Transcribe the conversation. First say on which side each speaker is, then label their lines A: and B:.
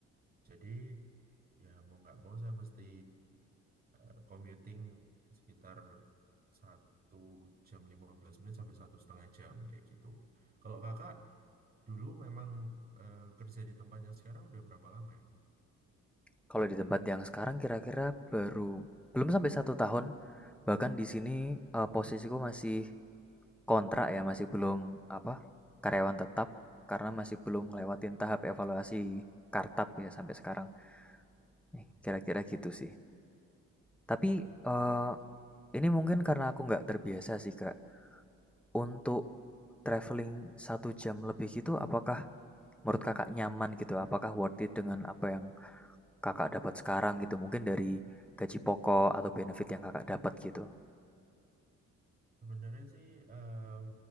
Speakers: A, on the right; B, in the centre.
A: Jadi ya mau nggak mau saya mesti eh, commuting sekitar satu jam 15 menit sampai satu setengah jam kayak gitu. Kalau kakak dulu memang eh, kerja di tempat yang sekarang udah berapa lama emang?
B: Kalau di tempat yang sekarang kira-kira baru belum sampai satu tahun, bahkan di sini eh, posisiku masih kontrak ya, masih belum apa karyawan tetap karena masih belum
A: Ah,
B: ngelewatin tahap evaluasi kartap ya sampai sekarang.
A: Oke,
B: Nih, Kira-kira gitu sih. Tapi
A: oke.
B: eh, ini mungkin karena aku nggak terbiasa sih kak untuk traveling satu jam lebih gitu. Apakah menurut kakak nyaman gitu? Apakah worth it dengan apa yang Kakak dapat sekarang gitu, mungkin dari gaji pokok atau benefit yang Kakak dapat gitu?
A: Sebenarnya sih em,